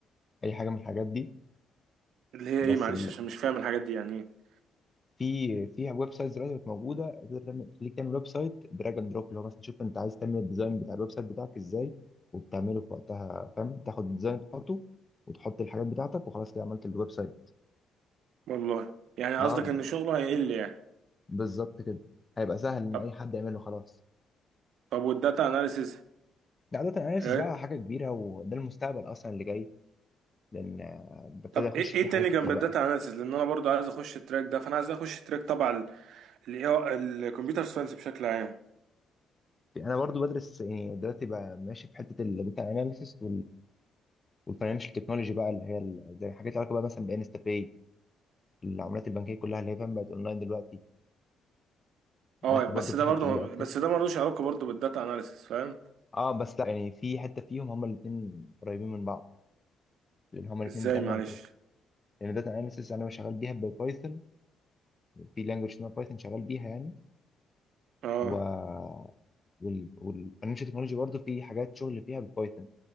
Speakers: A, on the left; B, on the right.
A: اي حاجه من الحاجات دي
B: اللي هي
A: بس
B: ايه معلش
A: ال...
B: عشان مش فاهم الحاجات دي يعني ايه
A: في في ويب سايتس دلوقتي بقت موجوده تقدر تعمل تخليك تعمل ويب سايت دراج اند دروب اللي هو مثلا تشوف انت عايز تعمل الديزاين بتاع الويب سايت بتاعك ازاي وبتعمله في وقتها فاهم تاخد الديزاين تحطه وتحط الحاجات بتاعتك وخلاص كده عملت الويب سايت
B: والله يعني قصدك
A: اه ب-
B: ان شغله هيقل يعني
A: بالظبط كده هيبقى سهل ان
B: طب
A: اي حد يعمله خلاص
B: طب والداتا اناليسيز
A: ده عاده اناليسيس
B: إيه؟
A: بقى حاجه كبيره وده المستقبل اصلا اللي جاي لان آه، ببتدي
B: طب
A: اخش
B: ايه
A: فيه
B: ايه
A: حاجات
B: تاني
A: كتير
B: جنب الداتا
A: بقى
B: اناليسيز لان انا برضو عايز اخش التراك ده فانا عايز اخش تراك طبعا الكمبيوتر ساينس بشكل عام
A: انا برضو بدرس يعني دلوقتي بقى ماشي في حته الداتا اناليسيس والفاينانشال تكنولوجي بقى اللي هي ال- زي حاجات علاقه بقى مثلا بانستا باي العملات البنكيه كلها اللي هي فاهم بقت اونلاين دلوقتي
B: اه
A: داخل
B: بس
A: برضو في
B: ده
A: الحته
B: برضو
A: دي اكتر
B: بس ده ملوش علاقه برضو بالداتا اناليسيز فاهم
A: اه بس لا يعني في حته فيهم هما الاثنين قريبين من بعض لان هما الاثنين
B: ازاي
A: بيتعملوا
B: معلش
A: عن طريق يعني داتا اناليسيس انا شغال بيها ببايثون في لانجوج اسمها بايثون شغال بيها يعني
B: اه
A: و وال... والفاينانشال تكنولوجي برضو في حاجات شغل فيها ببايثون